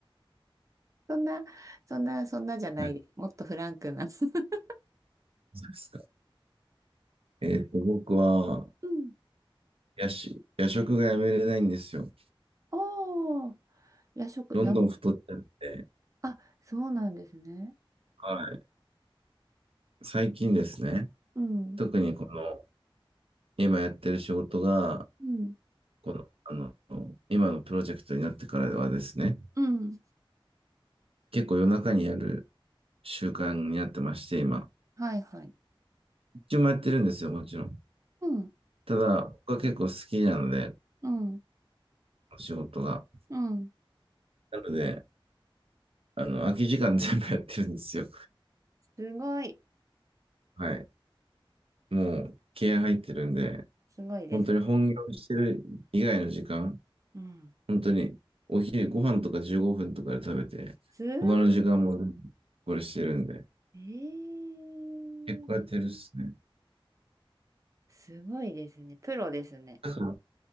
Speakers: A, on the right; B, on the right.
A: そんな、そんな、そんなじゃないです。
B: はい。
A: もっとフランクな。<laughs>
B: そうですか。えっと、僕は、
A: うん。
B: 夜し、夜食がやめれないんですよ。
A: おー、夜食、
B: どんどん太っちゃって。
A: なあ、そうなんですね。
B: はい。最近ですね。
A: うん。
B: 特にこの、今やってる仕事が、
A: うん。
B: この、あの、今のプロジェクトになってからはですね、
A: うん。
B: 結構夜中にやる習慣になってまして、今。
A: はいはい。
B: 一応もやってるんですよ、もちろん。
A: うん。
B: ただ、僕は結構好きなので、
A: うん。
B: お仕事が。
A: うん。
B: なので、あの、空き時間全部やってるんですよ。
A: すごい。
B: <laughs> はい。もう、気合入ってるんで、
A: すごいですね。
B: 本当に本業してる以外の時間、
A: うん。
B: 本当にお昼ご飯とか15分とかで食べて、
A: すご
B: 他の時間もこれしてるんで、
A: い。えー。
B: 結構やってるっすね。
A: すごいですね。プロですね。
B: だから、